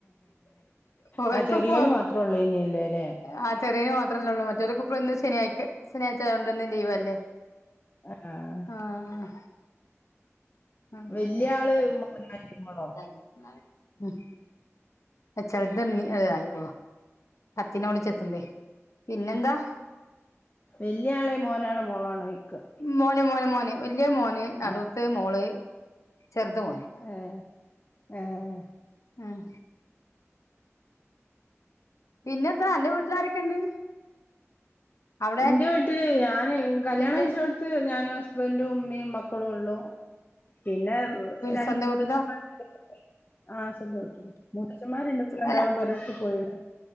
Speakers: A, on the left (about 85°); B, on the left (about 35°).
A: ഓൽക്ക്
B: ആഹ് ചെറിയോന്
A: ഇപ്പം
B: മാത്രേ ഉള്ളേനിയല്ലേ ല്ലേ
A: ആ ചെറിയ മാത്രല്ലെള്ളു മറ്റൊലൊക്കെ ഇന്ന് ശനിയാഴ്ചാ ശനിയാഴ്ച്ച ആയതൊണ്ടന്ന് ലീവല്ലേ
B: ആഹ്
A: ആഹ് <unintelligible>
B: വല്യ ആള് മോനാ മോളോ
A: ചിലത് അതതായി പോവാ കത്തിനോട് ചെത്തുമ്പേ പിന്നെന്താ
B: വെല്ല്യായാളെ മോനാണോ മോളാണോ ചോയ്ക്ക
A: മോന് മോന് മോന് വല്ല്യെ മോന് നടൂത്തെ
B: മോൻ
A: മോള് ചെർത് മോന്
B: ഏഹ് ഏഹ്
A: ഉം പിന്നെത്താ അന്റെ വീട്ടിലാരൊക്കെണ്ട് അവിടെ
B: ന്റെ വീട്ടില് ഞാന് കല്ല്യാണം
A: നിന്റെ
B: കഴിച്ചോടുത്ത് ഞാനും ഹസ്ബന്റും ഉമ്മയും മക്കളും ഒള്ളു പിന്നെ രണ്ട്
A: സ്വന്തം
B: മൂത്തച്ഛന്മാര്
A: വീട്ടിലോ
B: <unintelligible> ആ സ്വന്തം വീട്ട്ല് മൂത്തച്ഛന്മാര്ണ്ട് രണ്ടാളും
A: അല്ല
B: പൊരട്ത്ത് പോയിണ്